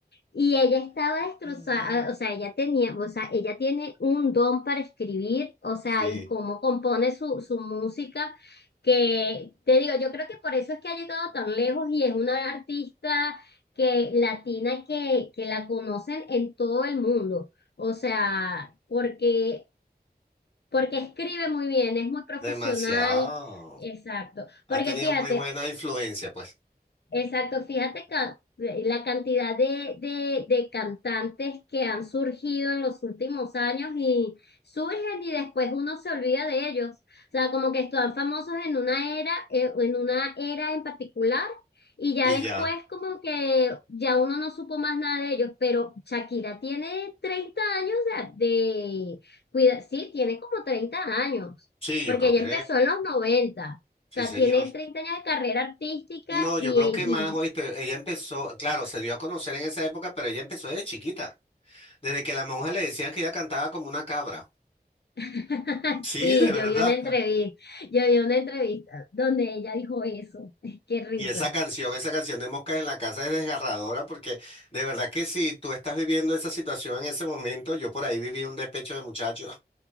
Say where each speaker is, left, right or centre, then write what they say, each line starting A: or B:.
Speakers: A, on the left (about 80°); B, on the left (about 35°).
A: y ella estaba destrozada,
B: Ujú.
A: ah, o sea, ella tenía, o sea, ella tiene un don para escribir, o sea,
B: Sí,
A: y cómo compone su, su música que te digo, yo creo que por eso es que ha llegado tan lejos y es una artista que latina que, que la conocen en todo el mundo. O sea, porque, porque escribe muy bien, es muy profesional.
B: demasiado.
A: Exacto. Porque
B: Ha tenido
A: fíjate,
B: muy buena influencia, pues.
A: Exacto, fíjate ca- eh, la cantidad de, de, de cantantes que han surgido en los últimos años y surgen y después uno se olvida de ellos. O sea, como que están famosos en una era, eh, en una era en particular y ya
B: Y
A: después
B: ya.
A: como que ya uno no supo más nada de ellos, pero Shakira tiene 30 años de, de cuida, sí, tiene como 30 años,
B: Sí,
A: porque
B: yo creo
A: ella
B: que
A: empezó en los 90. O
B: sí,
A: sea,
B: señor.
A: tiene 30 años de carrera artística
B: No,
A: y,
B: yo creo que más, oíste,
A: y-
B: ella empezó, claro, se dio a conocer en esa época, pero ella empezó desde chiquita, desde que las monjas le decían que ella cantaba como una cabra.
A: <laughs>
B: Sí,
A: sí,
B: de verdad.
A: yo vi una entrevista, yo vi una entrevista donde ella dijo eso. <laughs> Qué risa.
B: Y esa canción, esa canción de Moscas en la Casa es desgarradora porque de verdad que si tú estás viviendo esa situación en ese momento, yo por ahí viví un despecho de muchacho